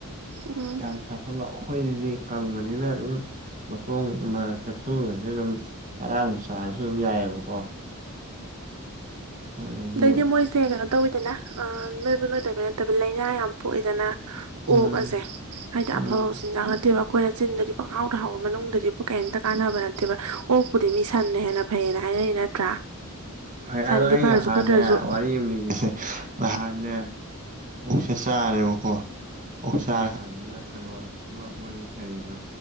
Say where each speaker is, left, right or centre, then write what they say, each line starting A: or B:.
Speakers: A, on the right; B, on the right.
A: ꯎꯝ
B: ꯌꯥꯝ ꯁꯥꯁꯟ ꯂꯣ ꯑꯩꯈꯣꯏꯁꯤꯗꯤ ꯀꯪꯕꯅꯤꯅ ꯑꯗꯨꯝ ꯃꯇꯣꯡ ꯑꯃ ꯀꯦꯞꯁꯣꯟ ꯑꯗꯨꯝ ꯇꯔꯥꯃꯨꯛ ꯆꯥꯔꯁꯨ ꯑꯗꯨꯝ ꯌꯥꯏꯑꯕꯀꯣ ꯑꯗꯒꯤ
A: ꯑꯩꯗꯤ ꯃꯣꯏꯁꯦ ꯀꯩꯅꯣ ꯇꯧꯋꯤꯗꯅ ꯑ ꯅꯣꯏꯕ ꯅꯣꯏꯗꯕꯩ ꯅꯠꯇꯕ ꯂꯥꯏꯅꯥ ꯌꯥꯝ ꯄꯣꯛꯏꯗꯅ
B: ꯎꯝ
A: ꯑꯣꯛ ꯑꯁꯦ ꯍꯥꯏꯗꯤ
B: ꯎꯝ
A: ꯑꯐꯕ ꯆꯤꯟꯖꯥꯛ ꯅꯠꯇꯦꯕ ꯑꯩꯈꯣꯏꯅ ꯆꯤꯟꯗꯗꯤ ꯄꯪꯍꯥꯎꯗ ꯍꯥꯎꯕ ꯃꯅꯨꯡꯗꯗꯤꯕꯨ ꯀꯩꯝꯇ ꯀꯥꯟꯅꯕ ꯅꯠꯇꯦꯕ ꯑꯣꯛꯄꯨꯗꯤ ꯃꯤ ꯁꯟꯅ ꯍꯦꯟꯅ ꯐꯩꯌꯦꯅ ꯍꯥꯏꯅꯔꯤ ꯅꯠꯇ꯭ꯔꯥ
B: ꯐꯩ
A: ꯁꯟꯗꯤ
B: ꯑꯗꯣ ꯑꯩ
A: ꯐꯔꯁꯨ
B: ꯉꯦꯍꯥꯟꯅꯦ
A: ꯐꯠꯇ꯭ꯔꯁꯨ
B: ꯋꯥꯔꯤ ꯑꯃꯂꯤꯒꯦ ꯁꯦ ꯅꯍꯥꯟꯅꯦ ꯑꯣꯛꯁꯦ ꯆꯥꯔꯦꯕꯀꯣ ꯑꯣꯛ ꯆꯥꯔ ꯀꯥꯟꯗꯅ ꯀꯩꯅꯣ ꯑꯃꯥ ꯃꯣꯏꯒꯤ‌ ꯀꯩꯕ